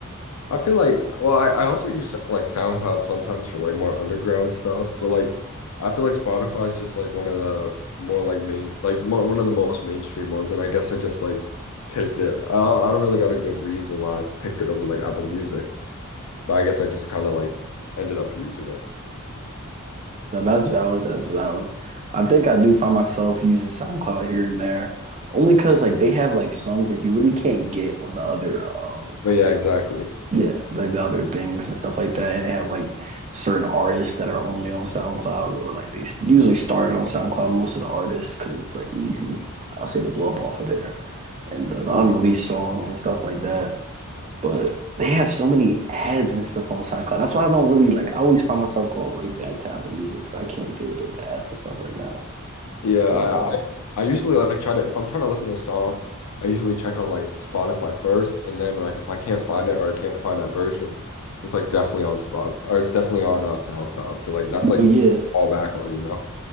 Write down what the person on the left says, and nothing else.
I feel like, well, I, I also use like SoundCloud sometimes for like more underground stuff, but like I feel like Spotify is just like one of the more like main, like mo one of the most mainstream ones, and I guess I just like picked it. I don't, I don't really got a good reason why I picked it over like Apple Music, but I guess I just kind of like ended up using it.
But yeah, exactly.
Yeah, I,
I I usually like try to if I'm trying to listen to a song, I usually check on like Spotify first, and then like if I can't find it or I can't find that version, it's like definitely on Spot or it's definitely on uh, SoundCloud. So like that's
like
all back on, you know?